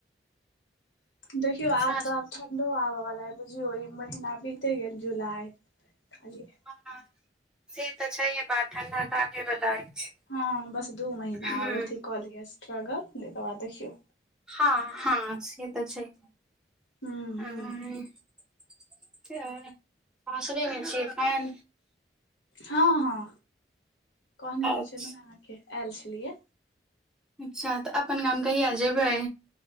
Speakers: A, on the left; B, in the centre.
A: देखियो आब
B: सास
A: तऽ आब ठंडो आबयवाला अइ, बुझियो ई महिना बीते गेल। जुलाई खाली
B: हँ, से तऽ छैहे बात, ठण्ढा तऽ आबहे वाला अछि।
A: हँ बस दू महिना
B: हूँ
A: आओर अथि कऽ लियस। <unintelligible> एकर बाद देखियौ।
B: हँ हँ से तऽ छै। <unintelligible>
A: हूँ हूँ
B: सासुरेमे छी एखैन?
A: हँ हँ। कहने
B: अच्छा
A: तऽ छलहुँ अहाँके, आएल छलियै।
B: अच्छा तऽ अपन गाम कहिआ जेबै?